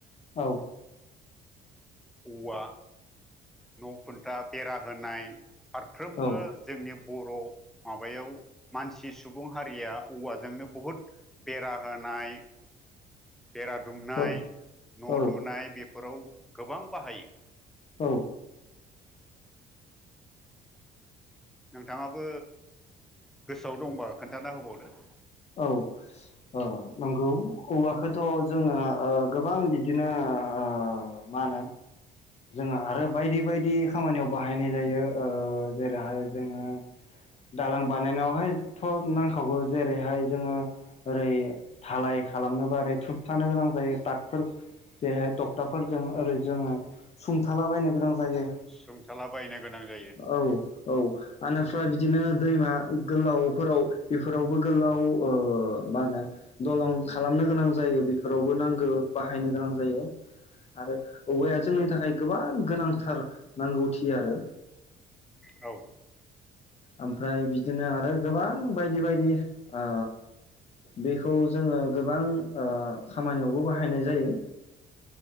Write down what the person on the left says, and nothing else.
औ
औ
औ औ
औ
औ
औ ओ नंगौ औवाखौथ' जोङो ओ गोबां बिदिनो ओ मा होनो जोङो आरो बायदि बायदि खामानियाव बाहायनाय जायो ओ जेरैहाय जोङो दालां बानायनायावहायथ' नांखावगौ जेरैहाय जोङो ओरै धालाय खालामनोबा ओरै थुबथानो गोनां जायो टागफोर जेरैहाय डक्टाफोरजों ओरै जोङो सुंथालाबायनो गोनां जायो
<inaudible> औ औ आनिफ्राय बिदि दिनो दैमा गोलावफोराव बेफोरावबो गोलाव ओ मा होनो दलं खालामनो गोनां जायो बेफोरावबो नांगौ बाहायनो गोनां जायो। आरो औवाया जोंनि थाखाय गोबां गोनांथार नांगौथि आरो
ओमफ्राय बिदिनो आरो गोबां बायदि बायदि ओ बेखौ जोङो गोबां ओ खामानियावबो बाहायनाय जायो